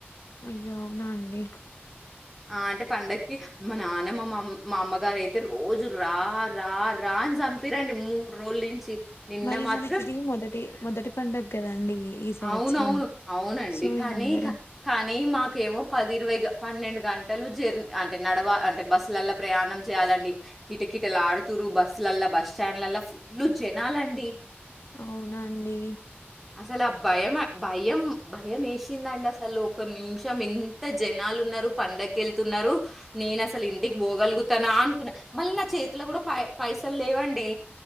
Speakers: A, on the left (about 75°); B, in the centre.
A: అయ్యో అవునా అండి
B: ఆ అంటే పండగకి మా నాన్న మా మా అమ్మగారు అయితే రోజు రా రా రా అని చంపిరండి మూడు రోజుల నుంచి నిన్న
A: మరి
B: మాత్రం
A: మనకి ఇది మొదటి మొదటి పండుగ కదండి. ఈ సంవత్సరం
B: అవునవును అవునండి.
A: సో
B: కానీ
A: ఇగ అందరూ
B: కానీ మాకేమో పది ఇరవై పన్నెండు గంటలు జర్నీ అంటే నడవా అంటే బస్సుల్లాల ప్రయాణం చేయాలండి. కిటకిీటలు ఆడుతుర్రు. బస్సులల్లా, బస్ స్టాండ్లల్లా ఫుల్ జనాలండి.
A: అవునండి.
B: అసలా భయం భయం భయం వేసిందండి. అసలు ఒక నిమిషం ఇంత జనాలు ఉన్నారు పండక్కి వెళ్తున్నారు. నేను అసలు ఇంటికి పోగలుగుతానా అనుకున్నా మళ్ళీ నా చేతిలో కూడా పై పైసలు లేవండి.